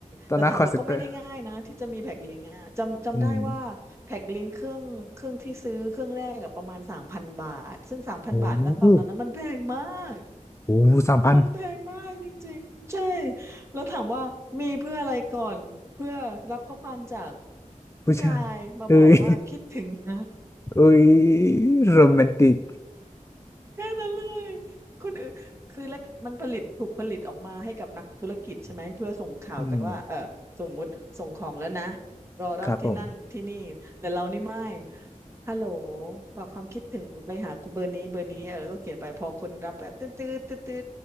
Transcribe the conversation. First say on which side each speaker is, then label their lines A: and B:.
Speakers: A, on the left; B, on the right.
A: ต่อหน้าคอลเซ็นเตอร์
B: แต่ถามว่าก็ไม่ได้ง่ายนะที่จะมีแพ็คลิงก์อะจำจำได้ว่าแพ็คลิงก์เครื่องเครื่องที่ซื้อเครื่องแรกกับประมาณสามพันบาทซึ่งสามพันบาทแล้วตอนนั้นนะมันแพงมาก
A: อืมโอ้โหโอ้สามพัน
B: มันแพงมากจริงๆใช่แล้วถามว่ามีเพื่ออะไรก่อนเพื่อรับข้อความจาก
A: ผู้ชายเอ้ย
B: ผู้ชายมาบอกว่าคิดถึงนะ
A: <laughs> เอ้ยโรแมนติก
B: แค่นั้นเลยคนอื่นคือแล้วมันผลิตถูกผลิตออกมาให้กับนักธุรกิจใช่ไหมเพื่อส่งข่าวกันว่าเออสมมุติส่งของแล้วนะ
A: อืม
B: รอรับที่นั่นที่นี่แต่เรานี่ไม่
A: ครับผม
B: ฮัลโหลฝากความคิดถึงไปหาเบอร์นี้เบอร์นี้เออแล้วก็เขียนไปพอคนรับก็ตื้อตื้อตื้อตื้อ